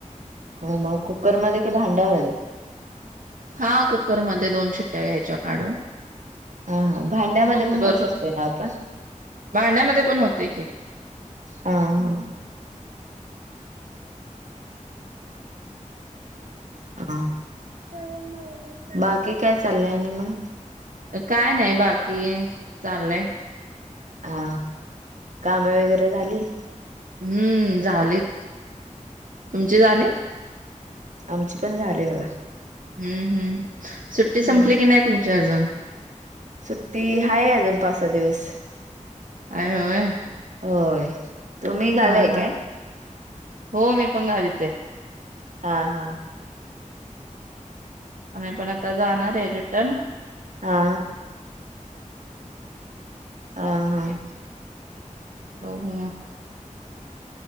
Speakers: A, on the right; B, on the right.
A: मग कुकर मध्ये कि भांड्यामध्ये
B: हा कुकर मध्ये दोन शिट्या घ्यायच्या काढून
A: हा-हा भांड्यामध्ये
B: मग
A: पण
B: बर
A: करू शकतोय ना आपण
B: भांड्यामध्ये पण होतंय की
A: हा -हा हा
B: सरू माऊला सांगू
A: बाकी काय चाललंय आणि मग
B: काय नाही बाकी चाललय
A: हा कामे वगैरे झाली
B: हम्म झालीत तुमचे झाले
A: आमचे पण झाले बघा
B: हम्म-हम्म सुट्टी
A: हम्म
B: संपली की नाही तुमची अजून
A: सुट्टी हाय अजून पाच-सहा दिवस
B: आहे होय
A: होय तुम्ही गावी
B: हा-
A: आहे
B: हा
A: काय?
B: हो मी पण गावीच आहे
A: हा -हा
B: आम्ही पण जाणार आहे आता रिटन
A: हा हा -हा
B: बघू मग